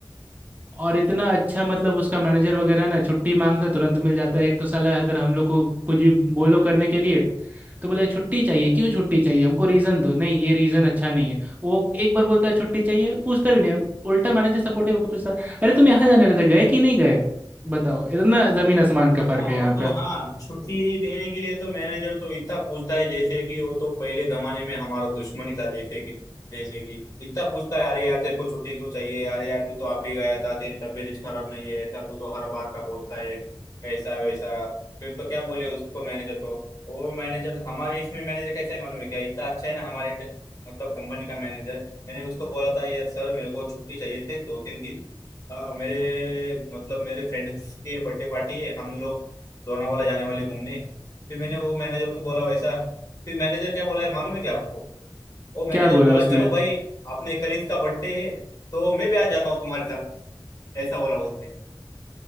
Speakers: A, on the right (about 20°); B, on the left (about 45°).
A: और इतना अच्छा मतलब उसका मैनेजर वगैरह ना छुट्टी मांगता है, तुरंत मिल जाता है एक तो साला इधर हम लोग को कुछ भी बोलो करने के लिए तो बोले छुट्टी चाहिए क्यों छुट्टी चाहिए हमको रीज़न दो नहीं ये रीज़न अच्छा नहीं है वो एक बार बोलता है छुट्टी चाहिए पूछता भी नहीं उल्टा मैनेजर सपोर्टिव होकर पूछता अरे तुम यहाँ जाने लेते गए कि नहीं गए बताओ इतना ज़मीन आसमान का फ़र्क
B: हाँ
A: है यहाँ
B: वो तो
A: पे
B: हाँ छुट्टी देने के लिए तो मैनेजर तो इतना पूछता है जैसे कि वो तो पहले जमाने में हमारा दुश्मन ही था जैसे कि जैसे कि इतना पूछता है अरे यार तेरे को छुट्टी क्यों चाहिए अरे यार तू तो आप ही गया था तेरी तबीयत खराब नहीं है ऐसा तू तो हर बार का बोलता है ऐसा वैसा फिर तो क्या बोले उसको मैनेजर को वो मैनेजर हमारे इसमें मैनेजर कैसा है मालूम है क्या इतना अच्छा है ना हमारे ट- मतलब कंपनी का मैनेजर मैंने उसको बोला था यार सर मेरे को छुट्टी चाहिए थे दो तीन दिन हाँ मेरे मतलब मेरे फ्रेंड्स की बर्थडे पार्टी है हम लोग लोनावाला जाने वाले घूमने फिर मैंने वो मैनेजर को बोला वैसा फिर मैनेजर क्या बोला है मालूम है क्या आपको वो मैनेजर
A: क्या बोला
B: बोला
A: उसने
B: चलो भाई आपने कलीस का बर्थडे है तो मैं भी आ जाता हूँ तुम्हारे साथ ऐसा बोला उसने